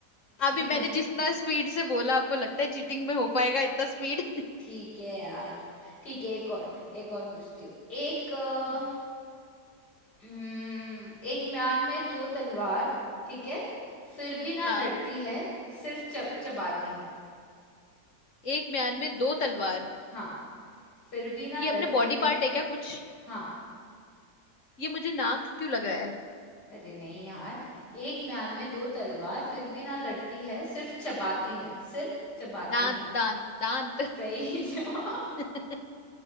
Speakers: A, on the left; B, on the left.
A: ठीक
B: अभी मैंने
A: है
B: जितना स्पीड से बोला आपको लगता है चीटिंग में हो पाएगा इतना स्पीड
A: ठीक है यार ठीक है एक और एक और पूछती हूँ एक अ,
B: <laughs>
A: हम्म, एक म्यान में दो तलवार ठीक है फिर भी ना
B: हाँ
A: लड़ती है सिर्फ चब, चबाती है
B: एक म्यान में दो तलवार
A: हाँ फिर भी ना
B: ये
A: लड़ती
B: अपने बॉडी
A: है
B: पार्ट है क्या कुछ
A: हाँ
B: ये मुझे नाक क्यों लग रहा है
A: अरे नहीं यार एक म्यान में दो तलवार फिर भी ना लड़ती है सिर्फ चबाती है सिर्फ चबाती
B: दांत
A: है
B: दांत दांत
A: सही <laughs> जवाब
B: <laughs>